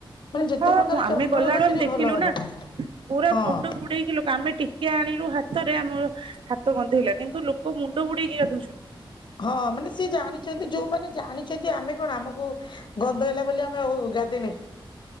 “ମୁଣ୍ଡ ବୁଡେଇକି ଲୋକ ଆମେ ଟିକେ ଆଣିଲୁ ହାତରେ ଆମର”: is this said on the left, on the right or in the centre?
Right